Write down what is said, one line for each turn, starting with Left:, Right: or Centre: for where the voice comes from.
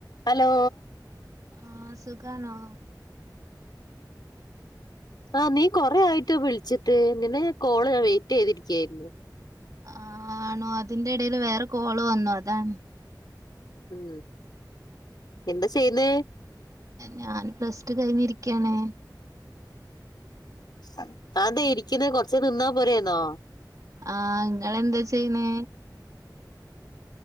Left: Hello
Right: ആഹ സുഖാണോ
Left: ആ നീ കൊറെ ആയിട്ട് വിളിച്ചിട്ട് നിന്നെ ഞാൻ കോള് ഞാൻ വെയിറ്റ് ചെയ്തിരിക്കായിരുന്നു
Right: ആ ആണോ അതിന്റെ ഇഡേൽ വേറെ കോള് വന്നു അതാ
Left: ഉം എന്താ ചെയ്യുന്ന
Right: ഞാൻ പ്ലസ് ടു കഴിഞ്ഞിരിക്കാണ്
Left: ആ അന്താ ഇരിക്കുന്ന കൊറച്ച നിന്നാ പോരന്നോ
Right: ആഹ ഇങ്ങളെന്താ ചെയ്യുന്നേ